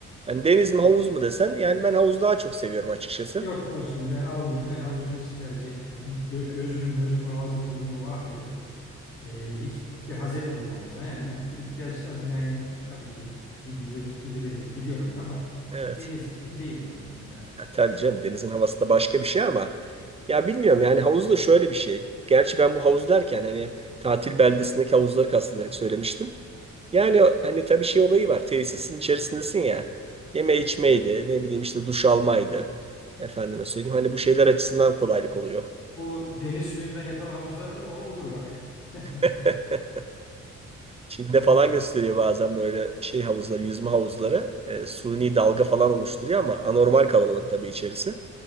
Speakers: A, on the right; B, on the left.
A: Yani deniz mi havuz mu desen yani ben havuzu daha çok seviyorum açıkçası.
B: Yok dostum ben almayayım. Ben havuzu hiç tercih etmiyorum. gö- Gözümü, gözümü, ağzımı, burnumu mahvediyor. Ee, hiç de haz etmedim havuzdan. Yani i- ihtiyaca binaen tabii ki gidilir, gidilebilir. Gidiyorum da ama
A: Evet.
B: deniz gibi değil dostum ya.
A: Ya tabii canım denizin havası da başka bir şey ama ya bilmiyorum yani havuz da şöyle bir şey. Gerçi ben bu havuz derken hani tatil beldesindeki havuzları kastederek söylemiştim. Yani hani tabii şey olayı var. Tesisin içerisindesin ya. Yeme içmeydi, ne bileyim işte duş almaydı. Efendime söyleyeyim. Hani bu şeyler açısından kolaylık oluyor.
B: O deniz suyundan yapılan havuzlar var. O olur bak. <laughs>
A: <laughs> Çin'de
B: Ee,
A: falan gösteriyor bazen böyle şey havuzları, yüzme havuzları. E, suni dalga falan oluşturuyor ama anormal kalabalık tabii içerisi.